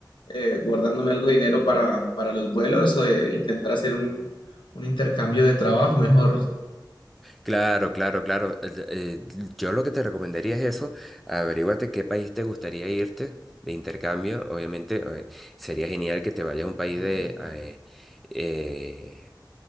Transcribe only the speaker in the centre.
Claro, claro, claro. eh, eh, yo lo que te recomendaría es eso, averíguate qué país te gustaría irte de intercambio. Obviamente, eh, sería genial que te vayas a un país de, eh, eh,